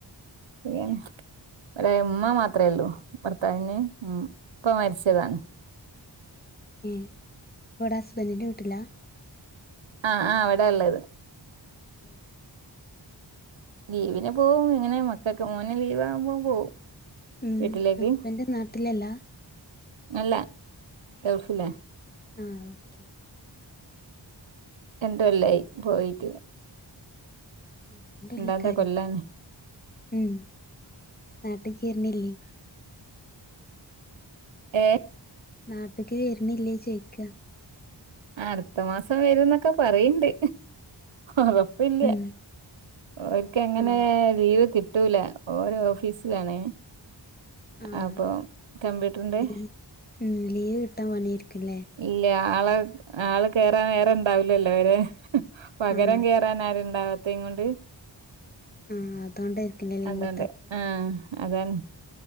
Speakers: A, on the right; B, on the left.
A: ഉം വേ ഉമ്മ മാത്ര ത്രള്ളൂ ഭർത്താവിന്ന് ഉം ഇപ്പ മരിച്ചതാണ്
B: ഏ പ്പടെ ഹസ്ബൻ്റിന്റെ വീട്ടിലാ
A: ആ ആ അവിടാള്ളത്
B: ഓ
A: ലീവിന് പോവുംങ്ങനെ മക്കൊക്കെ മോന്ലീവാവുമ്പോ പോവും
B: ഉം
A: വീട്ടിലേക്ക്
B: ഹസ്ബൻ്റ് നാട്ടിലല്ലാ
A: അല്ല ഗൾഫിലാ
B: ആ ഓക്കെ
A: രണ്ട്കൊല്ലായി പോയിട്ട്
B: ആ രണ്ടല്ലൊക്കായൊ
A: എന്താത്തെ കൊല്ലാണ്
B: ഉം ആ ചെര്നില്ലേ
A: ഏ
B: നാട്ട്ക്ക് വര്ണ്ല്ലേ ചോയ്ക്ക
A: അടുത്തമാസം വരുംന്നൊക്കെ പറയ്ണ്ട് ഒറപ്പില്ലൃ
B: ഉം
A: ഓൽക്കങ്ങനെ
B: ആഹ്
A: ലീവ്കിട്ട് ട്ടൂല ഓര് ഓഫീസിലാണ്
B: ആഹ്
A: അപ്പൊ കമ്പ്യൂട്ട്റിന്റെ
B: ലീ ഉം ലീവ് കിട്ടാൻ പണിയായിരിക്കുംല്ലേ
A: ഇല്ല ആളെ ആള് കേറാൻ വേറെണ്ടാവുലല്ലോ ഓരെ പകരം
B: ആഹ്
A: കേറാൻ ആരുണ്ടാവാത്തെങ്ങൊണ്ട്
B: ആഹ് അതോണ്ടായിരിക്കുംല്ലേ ലീവ്
A: അതണ്ട്
B: കിട്ടാത്തെ
A: ആ അതാണ്